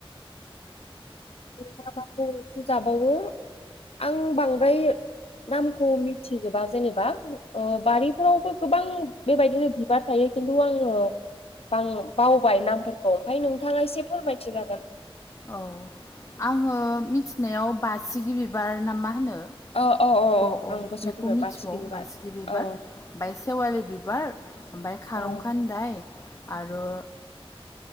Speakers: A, on the left; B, on the left.
A: मा माखौ ओंख्रि जाबावो आं बांद्राय नामखौ मिथिजोबा जेनेबा बारिफोरावबो गोबां बेबायदिनो बिबार थायो खिन्थु आङो बां-बावबाय नामफोरखौ ओमफाय नोंथाङा एसे फोरमायथिजागोन।
B: औ आङो मिथिनायाव बासिगि गिबिबार ना मा होनो
A: औ औ
B: अ औ
A: आं गोसोआव
B: बेखौ
A: फैबाय
B: मिथिगौ
A: बारसिगि बिबार
B: बासिगि बिबार
A: औ
B: ओमफाय सेवालि बिबार ओमफ्राय खारं
A: औ
B: खान्दाय आरो